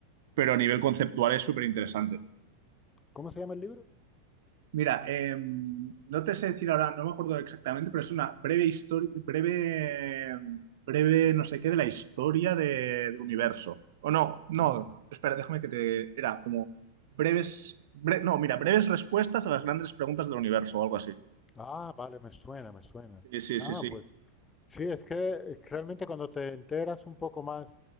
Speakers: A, on the right; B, on the left.
A: Pero a nivel conceptual es súper interesante.
B: ¿Cómo se llama el libro?
A: Mira, eh, no te sé decir ahora, no me acuerdo exactamente, pero es una breve historia, breve, breve no sé qué de la historia de- del universo. O no, no,
B: Ah,
A: espera, déjame que te... Era como breves, bre- no, mira, breves respuestas a las grandes preguntas del universo o algo así.
B: ah, vale, me suena, me suena.
A: Sí, sí,
B: Ah,
A: sí, sí.
B: pues sí, es que eh, realmente cuando te enteras un poco más,